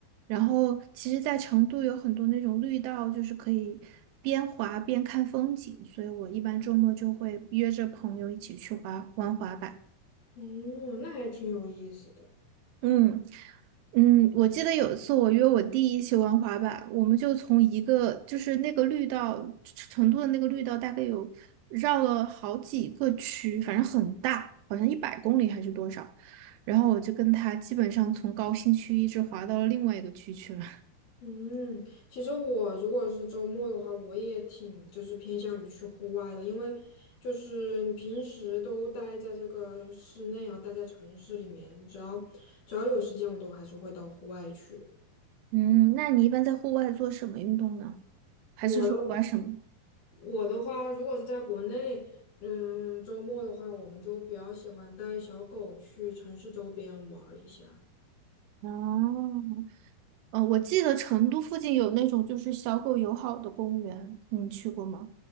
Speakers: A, on the right; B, on the left.
A: 然后其实，在成都有很多那种绿道，就是可以边滑边看风景，所以我一般周末就会约着朋友一起去滑玩滑板。
B: 哦，那还挺有意思的。
A: 嗯嗯，我记得有一次我约我弟一起玩滑板，我们就从一个就是那个绿道，成都的那个绿道大概有绕了好几个区，反正很大，好像一百公里还是多少。然后我就跟他基本上从高新区一直滑到了另外一个区去了。
B: 嗯，其实我如果是周末的话，我也挺就是偏向于去户外的，因为就是你平时都待在这个室内啊，待在城市里面，只要只要有时间，我都还是会到户外去。
A: <laughs> 嗯，那你一般在户外做什么运动呢？还是说玩什么？
B: 我的我的话，如果是在国内，嗯，周末的话，我们就比较喜欢带小狗去城市周边玩儿一下。
A: 哦，呃，我记得成都附近有那种就是小狗友好的公园，你去过吗？